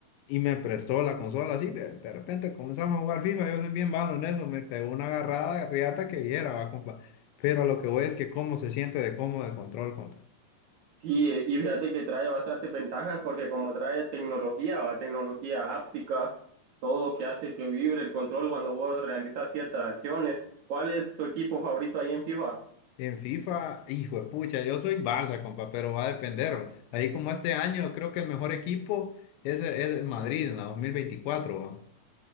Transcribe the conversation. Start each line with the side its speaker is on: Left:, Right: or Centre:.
Left: y me prestó la consola, así, de, de repente comenzamos a jugar FIFA, yo soy bien malo en eso, me pegó una agarrada riata que viera, va, compa. Pero lo que voy es que cómo se siente de cómodo el control, compa.
Right: Sí, eh, y fíjate que trae bastantes ventajas porque como trae tecnología, va tecnología áptica, todo que hace que vibre el control cuando vos realizas ciertas acciones. ¿Cuál es tu equipo favorito ahí en FIFA?
Left: En FIFA, hijo de pucha, yo soy Barça, compa, pero va a depender. Ahí como este año, creo que el mejor equipo es, es el Madrid en la 2024. ¿va?